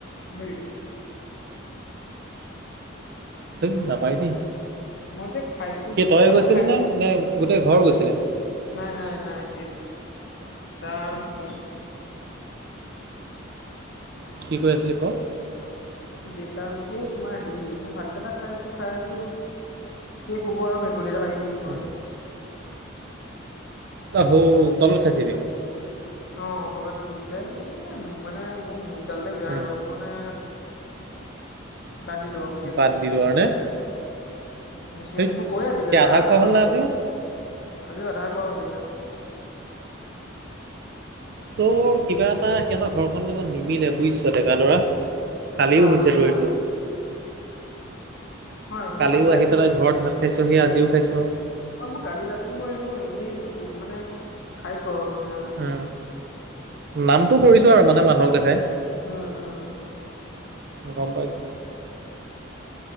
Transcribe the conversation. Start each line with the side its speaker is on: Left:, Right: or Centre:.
Left: হেৰি।
Right: তেই নাপায় দেই
Left: মই যে খাইছো
Right: কি
Left: গৈছো
Right: তই
Left: আকৌ
Right: গৈছিল
Left: খাই
Right: নে নে গোটেই ঘৰ গৈছিলে।
Left: নাই নাই নাই দিত তাৰ মই গৈছো।
Right: কি কৈ আছিলি ক।
Left: দেউতাৰ ম এই তোমাৰ হেৰি মই ভাত কেইটা খাই আছো খাই আছো। শেষ হুব আৰু ভেকুলী এডাল আহি উঠি গ'ল
Right: উম।
Left: নহয়।
Right: অ হ' তলত খাইছিলি।
Left: অ তলতে দিছিলে এ মানে মোৰ মুখডালে বেয়া
Right: উম,
Left: হৈ গ'ল। মই মানে বাদ দিলো আও।
Right: বাদ দিলো আৰু নে
Left: গুচি
Right: ধেৎ
Left: আহিলো মোক কৈ আছিলো
Right: কি আধা
Left: আকলো
Right: খোৱা হ'ল
Left: আকলো
Right: নে আজিও
Left: আজিও আধা খোৱা হল এয়া।
Right: তোৰ কিবা এটা সিহঁতৰ ঘৰখনৰ লগত। নিমিলে বুজিছ ডেকা লৰা
Left: সঁচা
Right: কালিও হৈছে
Left: সঁচা
Right: তোৰ এইটো,
Left: হয় মই
Right: কালিও
Left: কালি ৰাতি
Right: আহি পেলাই ঘৰত ভাত খাইছ সি আজিও খাইছ।
Left: অ মই কালি তাতো মই এনে এনেই নুছো মানে খাইছো আৰু মানে।
Right: উ নামটো কৰিছো আৰু মানে মানুহক
Left: উম
Right: দেখাই।
Left: উম উম
Right: গম পাইছো।